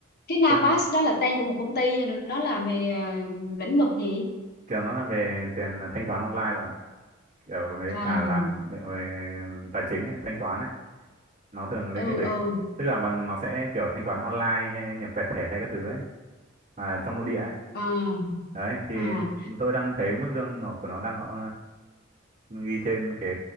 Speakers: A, on the left (about 50°); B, on the right (about 40°).
A: cái Navas
B: ơi,
A: đó là tên của một công ty nó làm về ờ, lĩnh vực gì?
B: kiểu nó là về tiền ờ, thanh toán online bạn ạ. Kiểu với
A: À.
B: cả làm về về tài chính ấy, thanh toán ấy, nó thường liên
A: Ừ
B: kết với
A: ừ.
B: tức là bằng nó sẽ kiểu thanh toán online hay nhập quẹt thẻ hay các thứ ấy mà trong nội địa ấy.
A: À.
B: Đấy thì
A: À.
B: tôi đang thấy mức lương nó của nó đang ờ, ghi trên cái